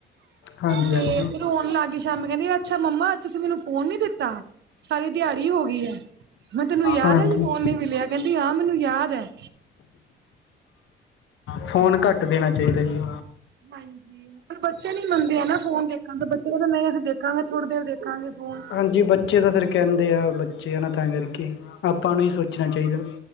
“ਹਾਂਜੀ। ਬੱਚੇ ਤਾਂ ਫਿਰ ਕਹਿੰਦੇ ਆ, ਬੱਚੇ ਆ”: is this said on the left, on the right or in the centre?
Left